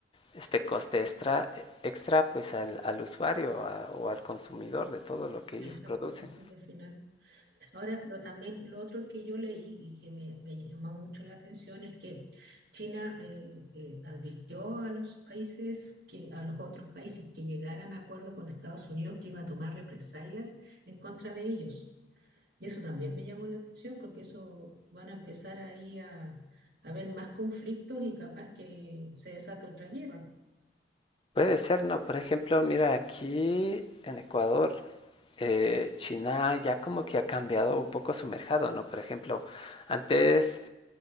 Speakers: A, on the left; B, on the right.
A: este coste extra, e, extra pues al, al usuario a- o al consumidor de todo lo que
B: Exacto,
A: ellos producen.
B: consumo al final. Ahora, lo, también lo otro que yo leí y que me, me llamó mucho la atención es que China eh, eh, advirtió a los países, que, a los otros países que llegaran a acuerdo con Estados Unidos que iba a tomar represalias en contra de ellos. Y eso también me llamó la atención porque eso van a empezar ahí a, a haber más conflictos y capaz que se desata otra guerra.
A: Puede ser, ¿no? Por ejemplo, mira, aquí en Ecuador, eh, China ya como que ha cambiado un poco su mercado, ¿no? Por ejemplo, antes,